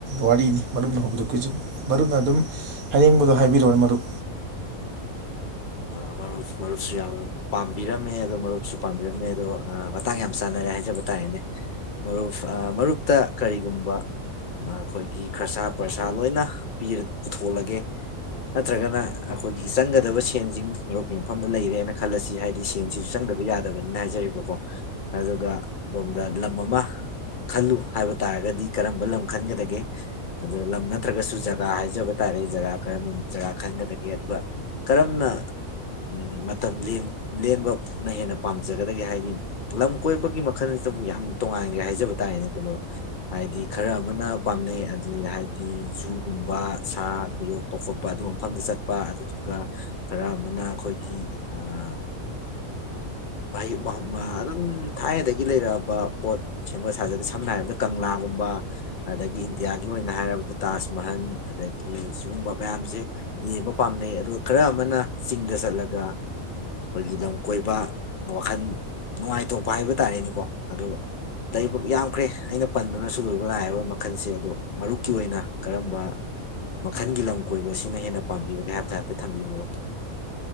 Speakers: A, on the right; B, on the left.
A: ꯋꯥꯔꯤꯅꯤ ꯃꯔꯨꯞꯅ ꯍꯧꯕꯤꯔꯛ <unintelligible> ꯁꯦ ꯃꯔꯨꯞꯅ ꯑꯗꯨꯝ ꯍꯥꯏꯅꯤꯡꯕꯗꯣ ꯍꯥꯏꯕꯤꯔꯣꯑꯣꯅꯦ ꯃꯔꯨꯞ
B: ꯑꯥ ꯃꯔꯨꯞ ꯃꯔꯨꯞꯁꯨ ꯌꯥꯝꯅ ꯄꯥꯝꯕꯤꯔꯝꯃꯦ ꯑꯗꯣ ꯃꯔꯨꯞꯁꯨ ꯄꯥꯝꯕꯤꯔꯝꯃꯦ ꯑꯗꯣ ꯑꯥ ꯃꯇꯥꯡ ꯌꯥꯝ ꯆꯥꯟꯅꯔꯦ ꯍꯥꯏꯖꯕ ꯇꯥꯔꯦꯅꯦ ꯃꯔꯨꯞ ꯑꯥ ꯃꯔꯨꯞꯇ ꯀꯔꯤꯒꯨꯝꯕ ꯃꯥ ꯈꯣꯏꯒꯤ ꯈꯔꯁꯥ ꯄꯔꯁꯥ ꯂꯣꯏꯅ ꯄꯤꯔꯥ ꯄꯨꯊꯣꯛꯂꯒꯦ ꯅꯠꯇ꯭ꯔꯒꯅ ꯑꯈꯣꯏꯒꯤ ꯆꯪꯒꯗꯕ ꯁꯦꯟꯁꯤꯡ ꯃꯔꯨꯞꯀꯤ ꯃꯐꯝꯗ ꯂꯩꯔꯦꯅ ꯈꯜꯂꯁꯤ ꯍꯥꯏꯗꯤ ꯁꯦꯟꯁꯤꯁꯨ ꯆꯪꯗꯕ ꯌꯥꯗꯕꯅꯤꯅ ꯍꯥꯏꯖꯔꯤꯕꯀꯣ ꯑꯗꯨꯒ ꯑꯗꯣꯝꯗ ꯂꯝ ꯑꯃ ꯈꯜꯂꯨ ꯍꯥꯏꯕ ꯇꯥꯔꯒꯗꯤ ꯀꯔꯝꯕ ꯂꯝ ꯈꯟꯒꯗꯒꯦ ꯑꯗꯨ ꯂꯝ ꯅꯠꯇ꯭ꯔꯒꯁꯨ ꯖꯒꯥ ꯍꯥꯏꯖꯕ ꯇꯥꯔꯦ ꯖꯒꯥ ꯀꯔꯝ ꯖꯒꯥ ꯈꯟꯒꯗꯒꯦ ꯑꯗꯨꯒ ꯀꯔꯝꯅ ꯎꯝ ꯃꯇꯝ ꯂꯦꯟ ꯂꯦꯟꯕꯅ ꯍꯦꯟꯅ ꯄꯥꯝꯖꯒꯗꯒꯦ ꯍꯥꯏꯗꯤ ꯂꯝ ꯀꯣꯏꯕꯒꯤ ꯃꯈꯜꯁꯤꯗ ꯃꯨꯛ ꯌꯥꯝ ꯇꯣꯉꯥꯟꯈ꯭ꯔꯦ ꯍꯥꯏꯖꯕ ꯇꯥꯔꯦꯅꯦꯀꯣ ꯃꯔꯨꯞ ꯍꯥꯏꯗꯤ ꯈꯔ ꯑꯃꯅ ꯄꯥꯝꯅꯩ ꯑꯗꯨꯗꯤ ꯍꯥꯏꯗꯤ ꯖꯨꯒꯨꯝꯕ ꯁꯥ ꯌꯣꯛꯄ ꯈꯣꯠꯄ ꯑꯗꯨꯒꯨꯝꯕ ꯃꯐꯝꯗ ꯆꯠꯄ ꯑꯗꯨꯗꯨꯒ ꯈꯔ ꯃꯅꯥ ꯈꯣꯏꯒꯤ ꯑꯥ <unintelligible> ꯑꯗꯨꯝ ꯊꯥꯏꯅꯗꯒꯤ ꯂꯩꯔꯛꯑꯥꯕ ꯄꯣꯠ ꯁꯦꯝꯒꯠ ꯁꯥꯗꯕ ꯁꯝꯅ ꯍꯥꯏꯔꯕꯗ ꯀꯪꯂꯥꯒꯨꯝꯕ ꯑꯗꯒꯤ ꯏꯟꯗꯤꯌꯥꯒꯤ ꯑꯣꯏꯅ ꯍꯥꯏꯔꯕꯗ ꯇꯥꯖ ꯃꯍꯜ ꯑꯗꯒꯤ ꯁꯤꯒꯨꯝꯕ ꯃꯌꯥꯝꯁꯦ ꯌꯦꯡꯕ ꯄꯥꯝꯅꯩ ꯑꯗꯨ ꯈꯔ ꯑꯃꯅ ꯆꯤꯡꯗ ꯆꯠꯂꯒ ꯈꯣꯏꯒꯤ ꯂꯝ ꯀꯣꯏꯕ ꯋꯥꯈꯟ ꯅꯨꯡꯉꯥꯏꯊꯣꯛꯄ ꯍꯥꯏꯕ ꯇꯥꯔꯦꯅꯦꯀꯣ ꯑꯗꯣ ꯂꯥꯏꯕ ꯌꯥꯝꯈ꯭ꯔꯦ ꯑꯩꯅ ꯄꯟꯗꯨꯅꯁꯨ ꯂꯣꯏꯕ ꯅꯥꯏꯔꯥꯔꯣꯏ ꯃꯈꯜꯁꯦ ꯑꯗꯣ ꯃꯔꯨꯞꯀꯤ ꯑꯣꯏꯅ ꯀꯔꯝꯕ ꯃꯈꯜꯒꯤ ꯂꯝ ꯀꯣꯏꯕ ꯁꯤꯅ ꯍꯦꯟꯅ ꯄꯥꯝꯕꯤꯕꯒꯦ ꯍꯥꯏꯕꯗ ꯍꯥꯏꯐꯦꯠ ꯊꯝꯕꯤꯌꯣꯅꯦ ꯃꯔꯨꯞ